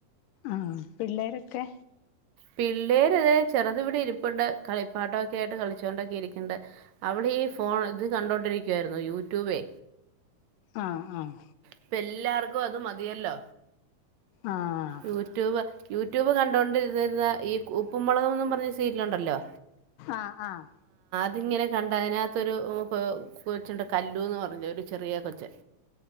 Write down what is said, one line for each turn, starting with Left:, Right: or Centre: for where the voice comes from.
Left: ആഹ് പിള്ളേരൊക്കെ
Right: പിള്ളേര് അത് ചെറുത് വിടി ഇരിപ്പിണ്ട് കളിപ്പാട്ടൊക്കെ ആയിട്ട് കളിച്ചോണ്ടൊക്കെ ഇരിക്കണ്ട് അവിടെ ഈ ഫോൺ ഇത് കണ്ടോണ്ടിരിക്കുവായിരുന്നു യൂട്യൂബേ
Left: ആഹ് ആഹ്
Right: ഇപ്പ എല്ലാർക്കും അത് മതിയല്ലോ
Left: ആഹ്
Right: യൂട്യൂബ് യൂട്യൂബ് കണ്ടുകൊണ്ടിരിരുന്ന ഈ ഉപ്പും മുളവും എന്നുംപറഞ്ഞ സീരിയലുണ്ടല്ലോ
Left: ആഹ് ആഹ്
Right: അതിങ്ങനെ കണ്ട അതിനകത്തൊരു കൊച്ചുണ്ട് കല്ലുന്ന് പറഞ്ഞു ഒരു ചെറിയ കൊച്ച്